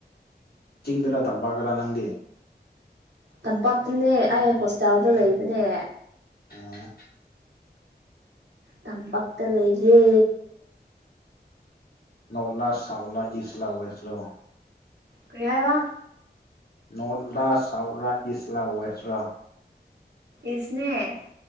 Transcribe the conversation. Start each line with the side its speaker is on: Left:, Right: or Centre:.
Left: ꯆꯤꯡꯗꯔꯥ ꯇꯝꯄꯛꯇꯔꯥ ꯅꯪꯗꯤ
Right: ꯇꯝꯄꯥꯛꯇꯅꯦ ꯑꯩ ꯍꯣꯁꯇꯥꯦꯜꯗ ꯂꯩꯕꯅꯦ
Left: ꯑꯥ
Right: ꯇꯝ ꯄꯛꯇ ꯂꯩꯌꯦ
Left: ꯅꯣꯔꯠ ꯂꯥ ꯁꯥꯎꯠ ꯂꯥ ꯏꯁ ꯂꯥ ꯋꯦꯁ ꯂꯣ
Right: ꯀ꯭ꯔꯤ ꯍꯥꯏꯕ
Left: ꯅꯣꯔꯠꯂꯥ ꯁꯥꯎꯠꯂꯥ ꯏꯁꯂꯥ ꯋꯦꯁꯔꯥ
Right: ꯏꯁꯁꯤꯅꯦ